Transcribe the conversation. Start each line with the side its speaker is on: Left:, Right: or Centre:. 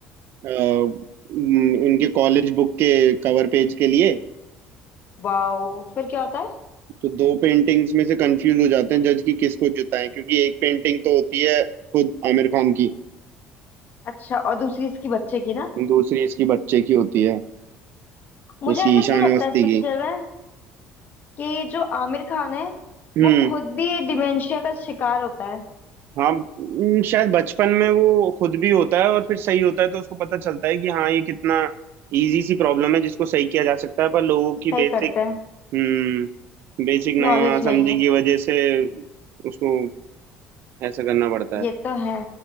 Right: अ, उम, उनके कॉलेज बुक के कवर पेज के लिए
Left: वाओ फिर क्या होता है
Right: तो दो पेंटिंग्स में से कंफ्यूज हो जाते हैं जज कि किसको जिताएं क्योंकि एक पेंटिंग तो होती है खुद आमिर खान की
Left: अच्छा और दूसरी इसकी बच्चे की ना
Right: दूसरी इसकी बच्चे की होती है
Left: मुझे
Right: इसकी
Left: ऐसा
Right: ईशान
Left: क्यों लगता
Right: अवस्थी
Left: है इस पिक्चर
Right: की
Left: में कि जो आमिर खान है
Right: हम्म
Left: वो खुद भी डिमेंशिया का शिकार होता है
Right: हाँ उम, शायद बचपन में वो खुद भी होता है और फिर सही होता है तो उसको पता चलता है कि हाँ ये कितना इजी सी प्रॉब्लम है जिसको सही किया जा सकता है पर लोगों
Left: सही
Right: की बेसिक
Left: करते हैं
Right: हम्म बेसिक
Left: नॉलेज
Right: नासमझी
Left: नहीं है
Right: की वजह से उसको ऐसा करना पड़ता है
Left: ये तो है